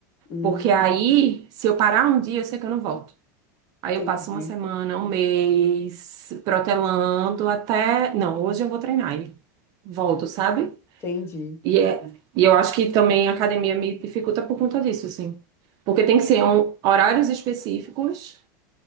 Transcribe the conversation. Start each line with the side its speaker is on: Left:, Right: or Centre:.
Left: Hum,
Right: Porque aí, se eu parar um dia, eu sei que eu não volto. Aí
Left: entendi,
Right: eu passo uma semana, um mês, protelando até. Não, hoje eu vou treinar e volto, sabe?
Left: entendi.
Right: E, é... e eu acho que também a academia me dificulta por conta disso, assim. Porque tem que ser um... horários específicos.